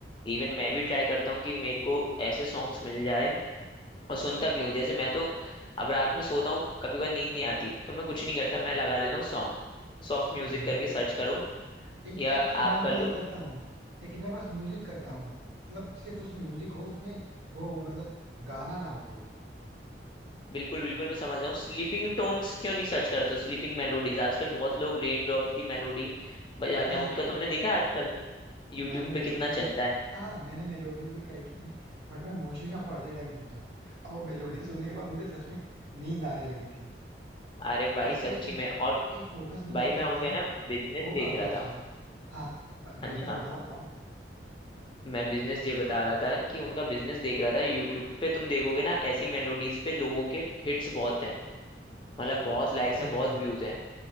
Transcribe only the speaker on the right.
एग्जैक्टली
exactly,
मैं
भी
यही करता हूँ लेकिन मैं बस म्यूजिक करता हूँ मतलब सिर्फ उसमें म्यूजिक हो उसमें वो मतलब गाना ना हो कोई
पता
है
मैंने मेलोडीज
भी
हाँ मैंने मेलोडीज भी ट्राई की थी बट मैं मोस्टली ना पढ़ते टाइम सुनता हूँ अब वो मेलोडी सुनने के बाद मुझे सच में नींद आने लगी थी
तो
इसलिए
एक
एक फोकस म्यूजिक
करके
ना
वो
काफी
अच्छा
है हाँ बिजनेस
बताओ बताओ
Exactly
exactly.